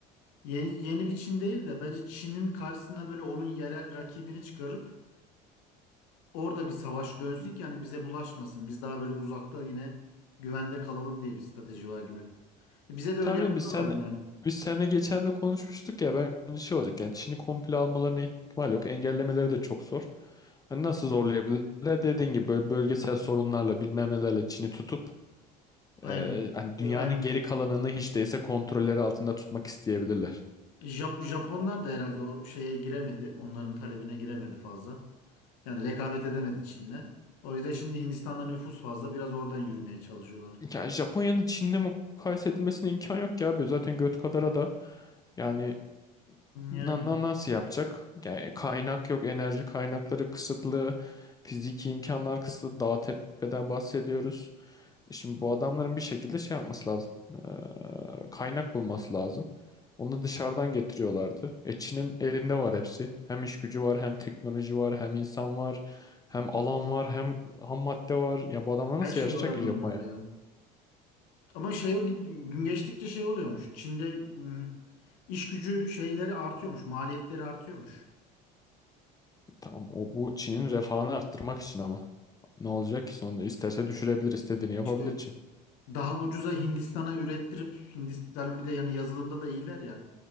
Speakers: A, on the left (about 75°); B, on the left (about 20°).
A: Yeni, yeni bir Çin değil de bence Çin'in karşısına böyle onun yerel rakibini çıkarıp orada bir savaş dönsün ki hani bize bulaşmasın. Biz daha böyle uzakta yine güvende kalalım diye bir strateji var gibi. E bize de
B: Tabii
A: öyle yaptılar
B: de biz sen
A: mı yani?
B: biz seninle geçen de konuşmuştuk ya bence şey olacak yani Çin'i komple almalarına ihtimal yok. Engellemeleri de çok zor. Hani Nasıl zorlayabilirler? Dediğin gibi böyle bölgesel sorunlarla bilmem nelerle Çin'i tutup
A: Aynen.
B: e, hani
A: E,
B: dünyanın
A: Aynen
B: geri
A: öyle.
B: kalanını hiç değilse kontrolleri altında tutmak isteyebilirler.
A: Jap- Japonlar da herhalde o şeye giremedi. Onların talebine giremedi fazla. Yani rekabet edemedi Çin'le. O yüzden şimdi Hindistan'da nüfus fazla. Biraz oradan yürümeye çalışıyorlar.
B: Ya Japonya'nın Çin'le mukayese edilmesine imkan yok ya abi. Zaten göt kadara da yani na-
A: Yani
B: na- nasıl yapacak? Yani kaynak yok, enerji kaynakları kısıtlı, fiziki imkanlar kısıtlı, dağ tepeden bahsediyoruz. Şimdi bu adamların bir şekilde şey yapması lazım. Ee, kaynak bulması lazım. Onu dışarıdan getiriyorlardı. E Çin'in elinde var hepsi. Hem iş gücü var, hem teknoloji var, hem insan var, hem alan var, hem ham madde var. Ya bu adamlar nasıl
A: her şey
B: yarışacak
A: var
B: ki
A: adamlarda
B: Japonya?
A: ya. Ama şey gün geçtikçe şey oluyormuş. Çin'de m, iş gücü şeyleri artıyormuş, maliyetleri artıyormuş.
B: Tamam o bu Çin'in refahını arttırmak için ama. Ne olacak ki sonunda? İsterse düşürebilir, istediğini yapabilir
A: İşte
B: Çin.
A: daha ucuza Hindistan'a ürettirip Hindistan'ın bir de yani yazılımda da iyiler ya.